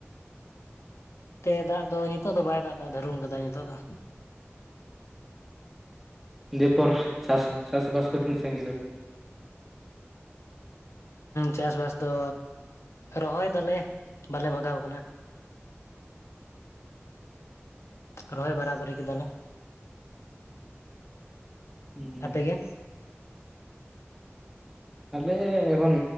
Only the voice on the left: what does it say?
ᱛᱮ ᱫᱟᱜ ᱫᱚ ᱱᱤᱛᱚᱜ ᱫᱚ ᱵᱟᱭ ᱫᱟᱜ ᱮᱫᱟ ᱫᱟᱹᱨᱩᱱ ᱠᱟᱫᱟᱭ ᱱᱤᱛᱚᱜ ᱫᱚ
ᱪᱟᱥ ᱵᱟᱥ ᱫᱚ ᱨᱚᱦᱚᱭ ᱫᱟᱞᱮ ᱵᱟᱞᱮ ᱵᱷᱟᱜᱟᱣ ᱟᱠᱟᱱᱟ ᱨᱚᱦᱚᱭ ᱵᱟᱨᱟᱵᱟᱨᱤ ᱠᱮᱫᱟᱞᱮ <unintelligible>
ᱟᱯᱮᱜᱮ